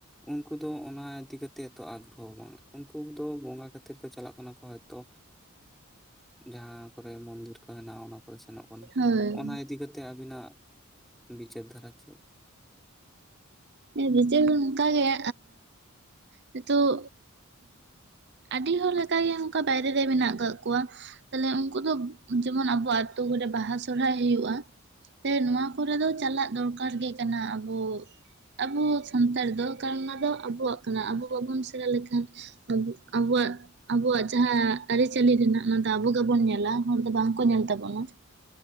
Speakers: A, in the centre; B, on the right.
A: ᱩᱱᱠᱩ ᱫᱚ ᱚᱱᱟ ᱤᱫᱤ ᱠᱟᱛᱮᱫ ᱵᱟᱝ ᱩᱱᱠᱩ ᱫᱚ ᱵᱚᱸᱜᱟ ᱠᱷᱟᱹᱛᱤᱨ ᱠᱚ ᱪᱟᱞᱟᱜ ᱠᱟᱱᱟ ᱠᱚ ᱦᱚᱭᱛᱳ ᱡᱟᱦᱟᱸ ᱠᱚᱨᱮ ᱢᱚᱱᱫᱤᱨ ᱠᱚ ᱦᱮᱱᱟᱜᱼᱟ ᱚᱱᱟ ᱠᱚ ᱥᱮᱱᱚᱜ ᱠᱟᱱᱟ
B: ᱦᱳᱭ
A: ᱚᱱᱟ ᱤᱫᱤ ᱠᱟᱛᱮ ᱟᱵᱤᱱᱟᱜ ᱵᱤᱪᱟᱹᱨ ᱫᱷᱟᱨᱟ ᱪᱮᱫ
B: ᱰᱤᱡᱴᱮᱞ ᱫᱚ ᱱᱚᱝᱠᱟᱜ ᱜᱮ ᱱᱤᱛᱚᱜ ᱟᱹᱰᱤ ᱦᱚᱲ ᱞᱮᱠᱟᱜ ᱜᱮ ᱚᱱᱠᱟ ᱵᱟᱭᱨᱮ ᱨᱮ ᱢᱮᱱᱟᱜ ᱟᱠᱟᱜ ᱠᱚᱣᱟ᱾ ᱛᱟᱦᱞᱮ ᱩᱱᱠᱩ ᱫᱚ ᱡᱮᱢᱚᱱ ᱟᱵᱚᱣᱟᱜ ᱟᱹᱛᱩ ᱠᱚᱨᱮ ᱵᱟᱦᱟ ᱥᱚᱦᱨᱟᱭ ᱦᱩᱭᱩᱜᱼᱟ᱾ ᱦᱮᱸ ᱱᱚᱣᱟ ᱠᱚᱨᱮ ᱫᱚ ᱪᱟᱞᱟᱜ ᱫᱚᱨᱠᱟᱨ ᱜᱮ ᱠᱟᱱᱟ ᱟᱵᱚ ᱟᱵᱚ ᱥᱟᱱᱛᱟᱲ ᱫᱚ ᱮᱠᱟᱞ ᱚᱱᱟ ᱫᱚ ᱟᱵᱚᱣᱟᱜ ᱠᱟᱱᱟ ᱟᱵᱚ ᱵᱟᱵᱚᱱ ᱥᱮᱬᱟ ᱞᱮᱠᱷᱟᱱ ᱟᱵᱚ ᱣᱟᱜ ᱟᱵᱚᱣᱟᱜ ᱡᱟᱦᱟᱸ ᱟᱹᱨᱤᱪᱟᱹᱞᱤ ᱨᱮᱱᱟᱜ ᱚᱱᱟ ᱫᱚ ᱟᱵᱚ ᱜᱮᱵᱚᱱ ᱧᱮᱞᱟ ᱦᱚᱲ ᱫᱚ ᱵᱟᱝᱠᱚ ᱧᱮᱞ ᱛᱟᱵᱚᱱᱟ